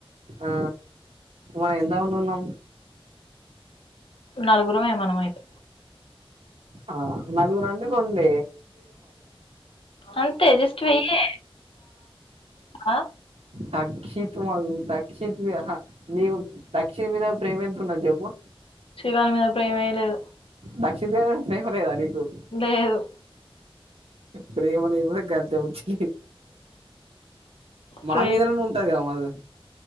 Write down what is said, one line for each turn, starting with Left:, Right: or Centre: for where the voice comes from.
Right: ఆ మనం ఎంత మంది ఉన్నాం
Left: నలుగురమే మనం అయితే
Right: ఆ నలుగురు అంటె రొండే
Left: అంతె జస్ట్ వెయ్యే ఆ
Right: దక్షిత్ మా దక్షిత్ మీ నీకు దక్షిత్ మీద ప్రేమ ఎంత ఉన్నది చెప్పు
Left: శివాని మీద ప్రేమే లేద్
Right: దక్షిత్ గని మీద ప్రేమ లేదా నీక్ <inaudible>
Left: లేదు
Right: ప్రేమనే ఏ కంత ముంచి మా
Left: ప్రేమ
Right: మీదరనే ఉంటారు కదా మా అది